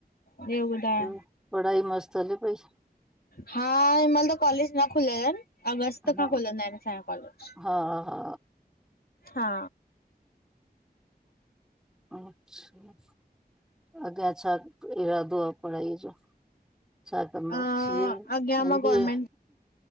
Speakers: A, on the left; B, in the centre.
A: ॿियो ॿुधायो?
B: ॿियो, पढ़ाई मस्त हले पई?
A: हा हिमल त कॉलेज न खुलयल ‌अन। अगस्त
B: हा
A: खां खुलंदा आहिनि असांजा कॉलेज।
B: हा हा
A: हा।
B: अच्छा। अॻियां छा इरादो आ पढ़ाईअ जो? छा कंदव
A: अ
B: सी ए
A: अॻियां
B: M
A: मां
B: B
A: government
B: ए